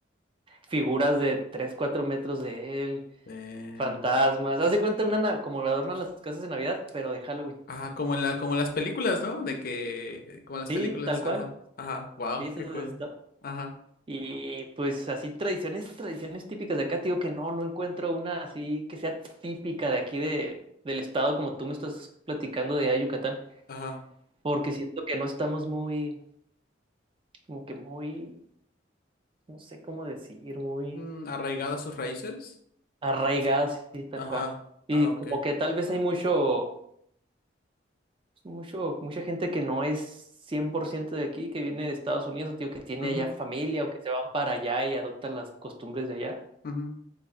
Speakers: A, on the right (about 30°); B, on the left (about 50°).
A: Figuras de 3 4 metros de él,
B: Eh,
A: fantasmas. Haz de cuenta una, na- como adornan las casas de Navidad, pero de Halloween.
B: ajá, como en la, como las películas, ¿no? De que, eh, como las
A: Sí,
B: películas,
A: tal cual.
B: ajá, ajá. Wow,
A: Sí, eso
B: qué cool.
A: es-
B: Ajá,
A: Y pues así tradiciones, tradiciones típicas de acá, te digo que no, no encuentro una así que sea típica de aquí de, del estado, como tú me estás platicando de allá de Yucatán,
B: ajá.
A: porque siento que no estamos muy, como que muy, no sé cómo decir, muy
B: Mm, arraigada a sus raíces.
A: arraigados y tal
B: Ajá.
A: cual. Y
B: Ah, ok.
A: como que tal vez hay mucho, mucho, mucha gente que no es 100% de aquí, que viene de Estados Unidos, o te digo que tiene
B: Ujú,
A: allá familia, o que se van para allá y adoptan las costumbres de allá.
B: ujú.